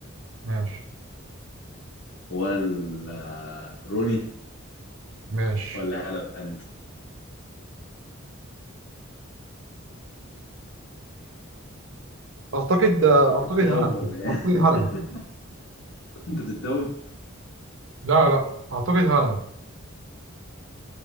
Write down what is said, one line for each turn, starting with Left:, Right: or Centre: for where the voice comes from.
Right: ماشي
Left: ولا روني
Right: ماشي
Left: ولا هالاند
Right: أعتقد أعتقد
Left: انت بتتوب
Right: هالاند
Left: ولا
Right: أعتقد
Left: ايه؟
Right: هالاند
Left: <laughs> <applause> انت بتتوب
Right: لا لا أعتقد هالاند